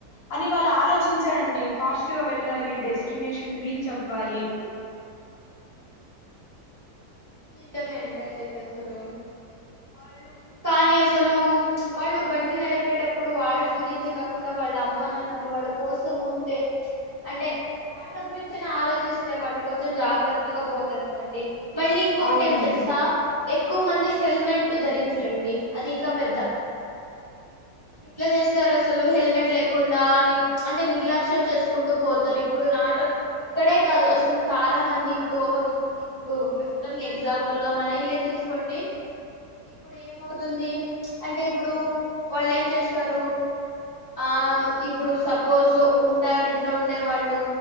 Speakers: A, on the left; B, on the right.
A: అని వాళ్ళు ఆలోచించారండి ఫాస్ట్ గా వెళ్ళాలి డెస్టినేషన్ రీచ్ చ్చవ్వాలి
B: నిజమేండి అదైతే అసలు వాళ్ళు కానీ అసలు వాళ్ళు బండి నడిపేటప్పుడు వాళ్ళ గురించి కాకుండా వాళ్ళ అమ్మా నాన్నలు వాళ్ళ కోసం ఉండే మ్చ్ అంటే వాళ్ళ గురించినే ఆలోచిస్తే వాళ్ళు కొంచెం జాగ్రత్త చత్తగా పోతారు కదండి. మళ్ళీ ఇంకొకటి
A: అవునండి
B: ఏం తెలుసా ఎక్కువ మంది హెల్మెట్ ధరించరండి. అది ఇంకా పెద్ద ఎట్లా చేస్తారు. అసలు హెల్మెట్ లేకుండా నిర్ మ్చ్ అంటే నిర్లక్ష్యం చేసుకుంటూ పోతారు. ఇప్పుడు నాట ఇక్కడే కాదు అసలు చాలా మంది ఇప్పుడు ఒక ఇప్పుడు ప్రస్తుతానికి ఎగ్జాంపుల్ గా మన ఇల్లే తీసుకోండి. ఇప్పుడు ఏమవుతుంది అంటే ఇప్పుడు వాళ్ళు ఏం చేస్తారు? ఆ ఇప్పుడు సపోజ్ ఉంటారు ఇంట్లో ఉండే వాళ్ళు